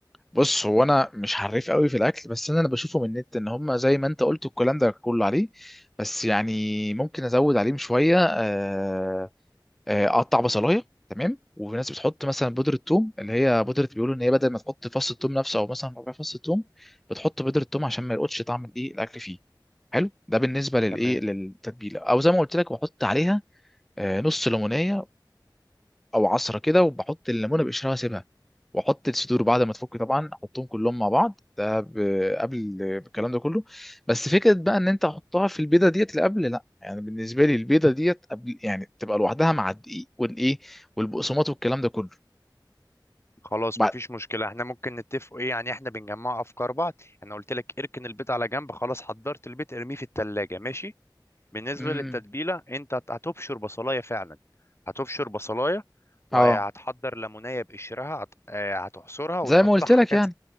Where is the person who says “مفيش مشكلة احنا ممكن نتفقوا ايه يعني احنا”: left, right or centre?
Left